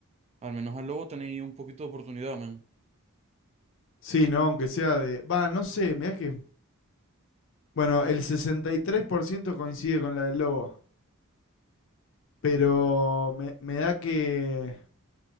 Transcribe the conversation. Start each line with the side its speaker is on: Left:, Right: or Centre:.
Right: Al menos al lobo tenéis un poquito de oportunidad, man.
Left: Sí, ¿no? Aunque sea de... Va, no sé, mirá que... Bueno, el 63% coincide con la del lobo, pero me, me da que...